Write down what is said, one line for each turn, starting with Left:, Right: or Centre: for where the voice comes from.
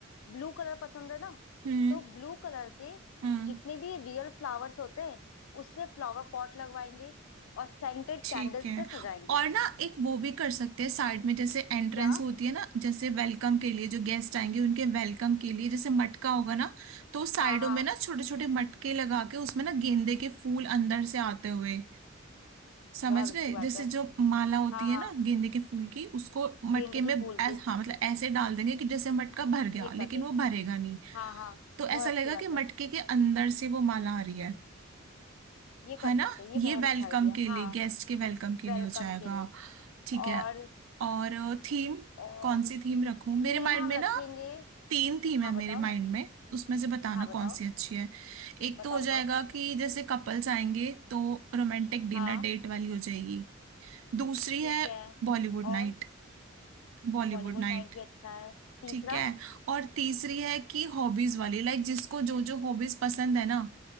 Left: ब्लू कलर पसंद है ना
Right: हम्म
Left: तो ब्लू कलर के
Right: हम्म
Left: जितने भी रियल फ्लावर्स होते हैं उससे फ्लावर पॉट लगवाएंगे और सेंटेड
Right: ठीक
Left: कैंडल्स
Right: है
Left: से सजाएंगे
Right: और ना एक वो भी कर सकते हैं साइड में जैसे एंट्रेंस
Left: क्या
Right: होती है ना जैसे वेलकम के लिए जो गेस्ट आएंगे उनके वेलकम के लिए जैसे मटका होगा ना तो साइडों
Left: हाँ हाँ
Right: में ना छोटे छोटे मटके लगा के उसमें ना गेंदे के फूल अंदर से आते हुए समझ
Left: बहुत अच्छी
Right: गए
Left: बात
Right: जैसे
Left: है
Right: जो माला होती
Left: हाँ
Right: है
Left: हाँ
Right: ना गेंदे के फूल की उसको मटके
Left: गेंदे
Right: में
Left: के फूल
Right: ऐ-
Left: के
Right: हाँ मतलब ऐसे डाल देंगे कि जैसे मटका भर गया
Left: ये
Right: लेकिन
Left: कर दे
Right: वो भरेगा नहीं
Left: हाँ हाँ
Right: तो
Left: बहुत
Right: ऐसा लगेगा
Left: अच्छी बात
Right: कि
Left: है
Right: मटके के अंदर से वो माला आ रही है
Left: ये कर
Right: है ना
Left: सकते हैं ये
Right: ये
Left: बहुत
Right: वेलकम
Left: अच्छा आइडिया है।
Right: के
Left: हाँ
Right: लिए गेस्ट के वेलकम के
Left: वेलकम
Right: लिए हो जाएगा
Left: के लिए
Right: ठीक
Left: और
Right: है और थीम
Left: और
Right: कौन सी थीम रखूं
Left: थीम
Right: मेरे माइंड
Left: हम
Right: में
Left: रखेंगे
Right: ना तीन थीम
Left: हाँ
Right: है
Left: बताओ
Right: मेरे माइंड
Left: ना
Right: में उसमें से बताना
Left: हाँ बताओ
Right: कौन सी अच्छी है एक
Left: बताओ
Right: तो हो जाएगा
Left: बताओ
Right: कि जैसे कपल्स आएंगे तो रोमांटिक डिनर
Left: हाँ
Right: डेट वाली हो जाएगी दूसरी
Left: ठीक
Right: है
Left: है
Right: बॉलीवुड
Left: और
Right: नाइट बॉलीवुड
Left: बॉलीवुड
Right: नाइट
Left: नाइट भी अच्छा है तीसरा
Right: ठीक है और तीसरी है कि हॉबीज वाली लाइक जिसको जो जो हॉबीज पसंद है ना